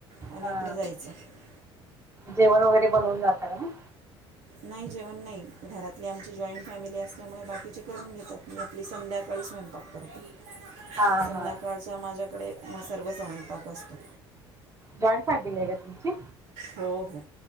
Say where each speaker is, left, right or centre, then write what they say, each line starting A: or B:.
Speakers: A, on the right; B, on the right.
A: आणि
B: हा
A: आपलं जायचं
B: जेवण वगैरे बनवून जात का ना मग
A: नाही जेवण नाही घरातली आमची जॉईंट फॅमिली असल्यामुळे बाकीचे करून घेतात मी आपली संध्याकाळ ते स्वयंपाक करत
B: हा
A: संध्याकाळच्या
B: हा
A: माझ्याकडे म सर्व स्वयंपाक असतो
B: जॉईंट फॅगमिली आहे का तुमची
A: हो हो